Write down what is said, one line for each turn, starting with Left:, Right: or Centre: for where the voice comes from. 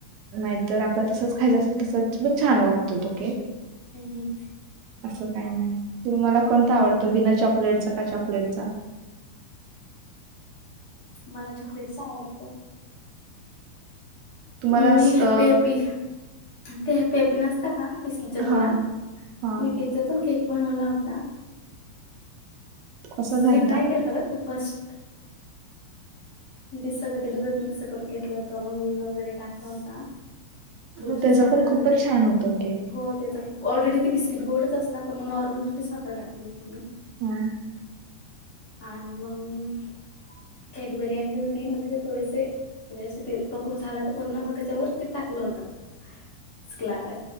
Right: नाहीतर आपला तसच खायचं असेल तसच मण छान लागत ोक
Left: हम्म.
Right: असं काही नाही तुम मला कोणता आवडतो भिना चॉकलेटचा का चॉकलेटचा
Left: मला चॉकलेटचा आवडत
Right: तुम्हाला
Left: मी हॅप्पी
Right: अ
Left: हॅप्पी ते हॅप्पी हॅप्पी नसतात हा बिस्कीचा
Right: हा
Left: पोडा
Right: हा
Left: मी तिचा पण केक बनवला होता
Right: कसा झालता
Left: म्हणजे ट्राय केलं तर बर खू फर्स्ट म्हण तेे सगळं ते दुधात मिक्स करून घेतलं होतं मग विण वगैरे टाकला होता थोडीशी
Right: हो त्याचा
Left: साखर
Right: पण खूपच
Left: दते
Right: छान होतो केक
Left: हो ते तर ऑलरेडी ती बिस्किट गोडच असता पण मग नॉर्मल थोडी साखर टाकली होती मी
Right: हा
Left: आणि मग कट बरयानली होती मग त्याच्यात थोडेसे म्हणजे ते पकून झाला का पुन्हा मग त्याच्यावर ते टाकलं होतला अ